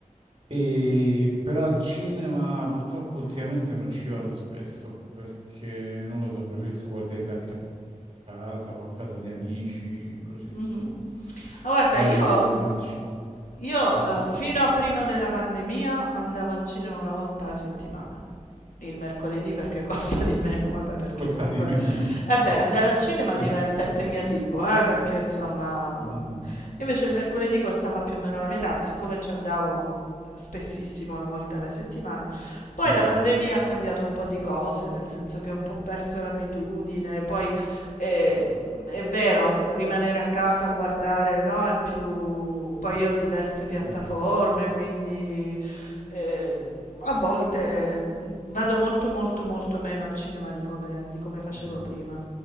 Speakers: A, on the right (about 40°); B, on the left (about 80°).
A: e, però al cinema purtroppo ultimamente non ci vado spesso perché non lo so, preferisco guardarli a casa o a casa di amici, così insomma,
B: Mhm. Ah, guarda,
A: evito
B: io
A: di andare al cinema,
B: Io
A: non
B: eh,
A: so tu.
B: fino a prima della pandemia andavo al cinema una volta alla settimana. Il mercoledì perché <laughs> costa di meno, vabbè, perché
A: costa
B: comunque
A: di meno.
B: eh beh, andare
A: <laughs>
B: al cinema
A: Sì.
B: diventa impegnativo, eh, perché
A: Mm,
B: insomma,
A: mm,
B: invece il mercoledì costava più o meno la metà, siccome ci andavo spessissimo una volta alla settimana. Poi
A: Sì.
B: la pandemia ha cambiato un po' di cose, nel senso che ho un po' perso l'abitudine, poi Ehm,
A: Mm,
B: è vero, rimanere a casa a guardare, no, è più... Poi io ho diverse piattaforme,
A: Eh,
B: quindi ehm, a volte mh, vado molto molto molto meno al cinema di come, di come facevo
A: mm.
B: prima.